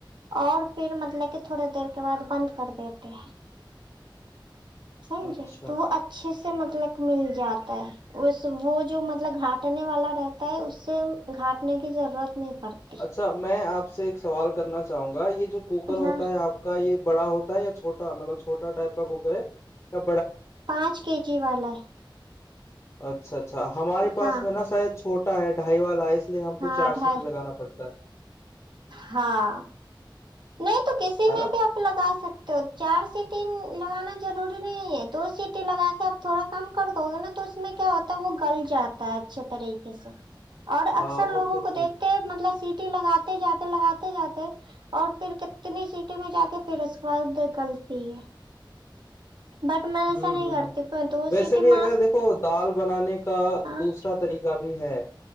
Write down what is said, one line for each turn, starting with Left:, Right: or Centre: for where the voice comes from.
Right: اور پھر مطلب کہ تھوڑے دیر کے بعد بند کر دیتے ہیں سمجھے
Left: اچھا
Right: تو وہ اچھے سے سے مطلب مل جاتا ہے اس وہ جو مطلب گھاٹنے والا رہتا ہے اس سے گھٹنے کی ضرورت نہیں پڑتی
Left: اچھا میں آپ سے ایک سوال کرنا چاہوں گا یہ جو کوکر ہوتا
Right: ہاں
Left: ہے آپ کا یہ بڑا ہوتا ہے چ چھٹاطلب چھٹا ٹائپ پغے کیا
Right: پانچ کے جی والا ہے
Left: اچھا اچھا اچھا ہمارے پاس
Right: ہاں
Left: میں نا ساید چھوٹا ہے ڈھائی والا ہے ے ہم کو
Right: ہاں
Left: چار
Right: ڈھائی
Left: سیٹیں لگا پڑ <inaudible>
Right: ہاں نہیں تو کسی
Left: ہے
Right: میں
Left: نا
Right: بھی آپ لگا سکتے ہو چار سیٹی لگانا ضروری نہیں ہے تو سیٹییں لگا کے آپ تھوڑا کم کر دو گے نا تو اس میں کیا ہوتا ہے وہ گل جاتا ہے اچھے طریقے سے اور
Left: ہاں
Right: اکثر
Left: وہ
Right: لوگوں
Left: تو
Right: کو
Left: ٹھیک
Right: دیکھتے مطلب سیٹی لگاتے جات لگاتے جاتے اور پھر کتنی سیٹیں میں جا کے پھر اس کے بعد گلتی ہے بٹ میں ایسا
Left: ہوں
Right: نہیں
Left: ہوں
Right: کرتی دو
Left: ویسے
Right: سیٹی
Left: بھی
Right: ماں
Left: اگر دیکھو دال بنانے کا
Right: ہاں
Left: دوسرا طریقہ بھی بھی ہے